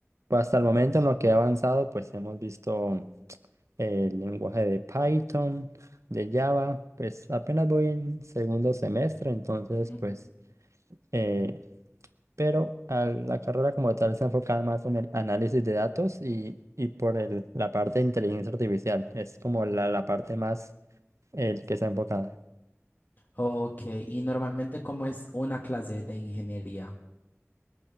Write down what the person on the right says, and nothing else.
pues, hasta el momento en lo que he avanzado, pues hemos visto el lenguaje de Python, de Java, pues apenas voy en segundo semestre, entonces
pues, eh, pero a la carrera como tal está enfocada más en el análisis de datos y, y por el, la parte de inteligencia artificial, es como la, la parte más el que está enfocada.